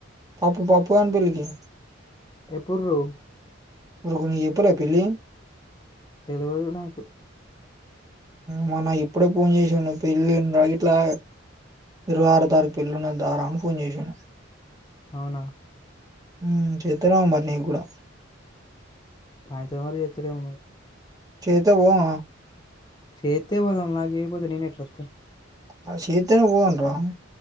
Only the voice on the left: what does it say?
ఎప్పుర్రో
తెలవదు నాకు
అవునా
అయంత్రం వరకు చెత్తరేమో మరి
చేతే పోదాం నాకి ఏయపోతే నేను ఎట్లా వత్తా